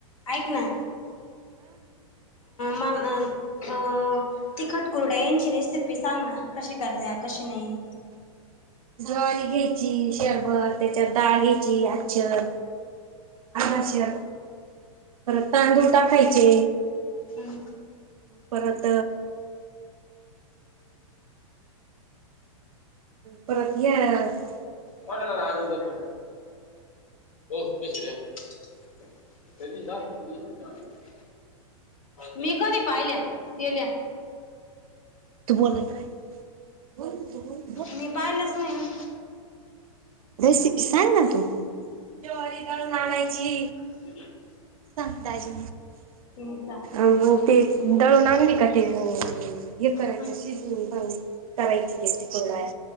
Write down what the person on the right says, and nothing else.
ज्वारी घेईची शेरभर, त्याच्यात डाळ घ्यायची आच्चर अर्धा
शेर परत तांदूळ टाकायचे.
परत परत <unintelligible> येणारचं.
तू बोलत राय, बोल तू.
रेसिपी सांग ना तू ज्वारी दळून आणायची.
सांग दाजी
आव ते दळून आणली का? तेअ हे करायचं
शिजून मंग करायचं तेच कुरडया.